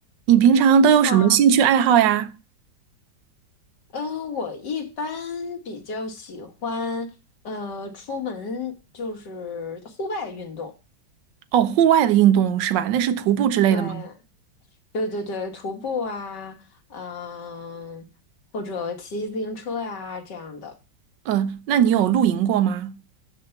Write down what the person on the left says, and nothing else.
你好，嗯，我一般比较喜欢，呃，出门就是户外运动，
对，对对对，徒步啊，嗯、或者骑自行车呀、这样的。